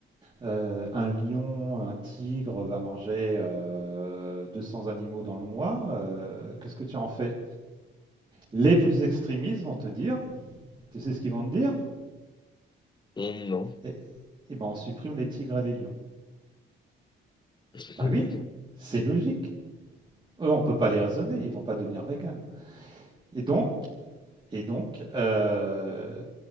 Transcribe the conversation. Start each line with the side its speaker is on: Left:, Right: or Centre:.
Right: Euh, un lion, un tigre va manger euh, 200 animaux dans le mois. euh, Qu'est-ce que tu en fais Les plus extrémistes vont te dire, tu sais ce qu'ils vont te dire
Left: Hum, Non.
Right: Eh eh ben, on supprime les tigres et les lions.
Left: Mais
Right: Bah oui, c'est logique. Eux, on peut pas les raisonner, ils vont pas devenir véganes. Et donc, et donc, euh,